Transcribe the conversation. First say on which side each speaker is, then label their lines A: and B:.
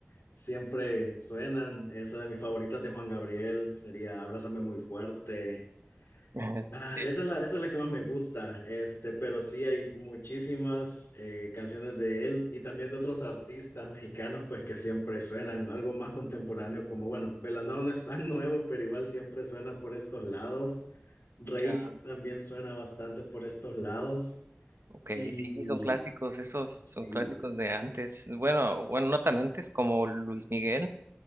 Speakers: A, on the left (about 75°); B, on the right (about 70°).
A: siempre suenan. Esa de mis favoritas de Juan Gabriel sería Abrázame muy fuerte.
B: <laughs> Este,
A: Ah, esa es la, esa es la que más me gusta, este, pero sí hay muchísimas eh, canciones de él y también de otros artistas mexicanos pues que siempre suenan, algo más contemporáneo como bueno, Belanova no es tan nuevo, pero igual siempre suena por estos lados. Rake
B: ya,
A: también suena bastante por estos lados.
B: ok,
A: Y
B: sí, son clásicos, esos son
A: sí.
B: clásicos de antes. Bueno, bueno, no tan antes como Luis Miguel,